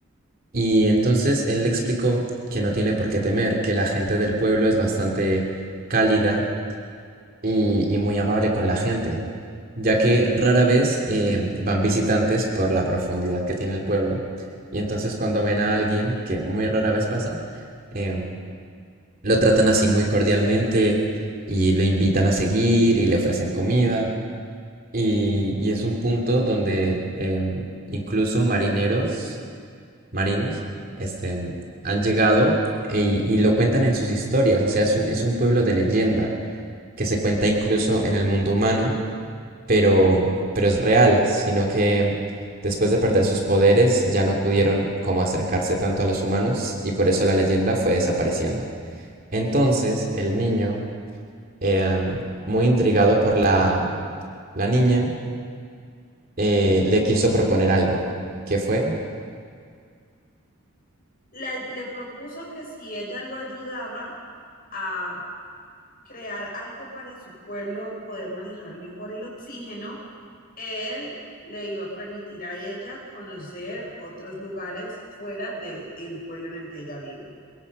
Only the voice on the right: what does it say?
Y entonces él le explicó que no tiene por qué temer, que la gente del pueblo es bastante cálida y, y muy amable con la gente, ya que rara vez eh, van visitantes por la profundidad que tiene el pueblo. Y entonces cuando ven a alguien, que muy rara vez pasa, em, lo tratan así muy cordialmente y lo invitan a seguir y le ofrecen comida. Y, y es un punto donde em, incluso marineros, marinos, este, han llegado e- y lo cuentan en sus historias. O sea, es un, es un pueblo de leyenda que se cuenta incluso en el mundo humano pero, pero es real, sino que después de perder sus poderes ya no pudieron como acercarse tanto a los humanos y por eso la leyenda fue desapareciendo. Entonces el niño, em, muy intrigado por la, la niña, eh, le quiso proponer algo. ¿Qué fue?